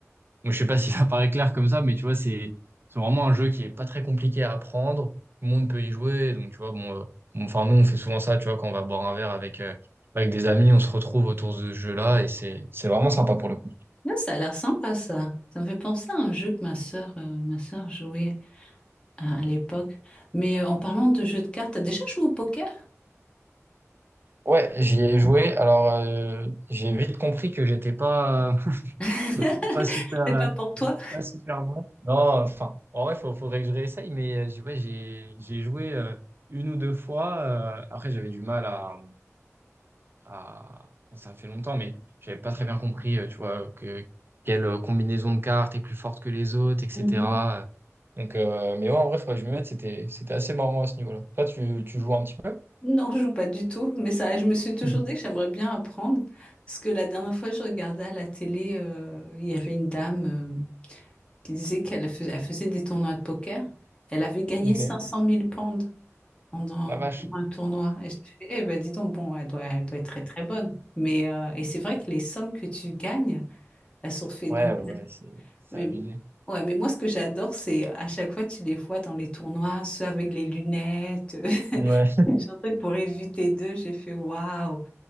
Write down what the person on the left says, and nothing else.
Là, ça a l'air sympa, ça. Ça me fait penser à un jeu que ma sœur, euh, ma sœur jouait à, à l'époque. Mais euh, en parlant de jeux de cartes, t'as déjà joué au poker?
<laughs>
C'est
pas pour toi?
Mhm.
Non, je joue pas du tout. Mais ça, je me suis toujours
dit que j'aimerais bien apprendre. Parce que la dernière fois, je regardais à la télé, euh, il y avait une dame. euh, qui disait qu'elle fais- elle faisait des tournois de poker. Elle avait gagné
500 000 pounds pendant
pendant un tournoi. Et je fais, eh ben dis donc, bon, elle doit, elle doit être très très bonne. Mais euh, et c'est vrai que les sommes que tu gagnes, elles sont phénoménales.
Mais,
ouais, mais moi, ce que j'adore, c'est euh, à chaque fois, tu les vois dans les tournois, ceux avec les lunettes. <laughs>
J'ai un truc <laughs> pour éviter d'eux, j'ai fait waouh.